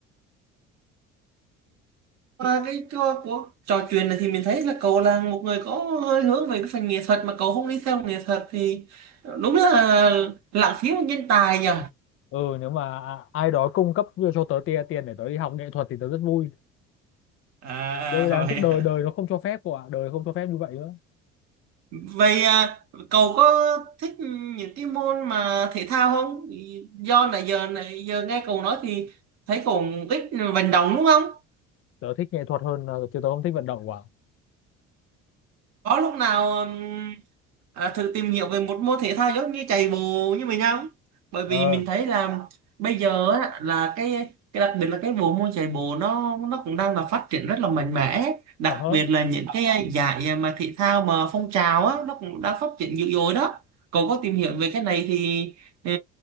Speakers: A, on the right (about 65°); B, on the left (about 50°).
A: Qua cái của, của trò chuyện này thì mình thấy là cậu là một người có hơi hướng về cái phần nghệ thuật mà cậu không đi theo nghệ thuật thì đúng là lãng phí một nhân tài nhỉ
B: ừ nếu mà à- ai đó cung cấp cho tớ tiền tiền để tớ đi học nghệ thuật thì tớ rất vui
A: à
B: nhưng mà đáng
A: vậy
B: tiếc đời
A: à.
B: đời nó không cho phép của ạ đời không cho phép như vậy nữa
A: vậy à, cậu có thích những cái môn mà thể thao không do nãy giờ nãy giờ nghe cậu nói thì thấy cậu ít vận động đúng không
B: tớ thích nghệ thuật hơn ờ, chứ tớ không thích vận động quá
A: có lúc nào ừm, à, thử tìm hiểu về một môn thể thao giống như chạy bộ như mình không bởi
B: ờ
A: vì mình thấy là bây giờ á, là cái cái đặc biệt là cái bộ môn chạy bộ nó nó cũng đang là phát triển rất là mạnh mẽ đặc
B: ờ hớ.
A: biệt là những cái à, giải mà thể thao mà phong trào á nó cũng đang phát triển dữ dội đó cậu có tìm hiểu về cái này thì ờ,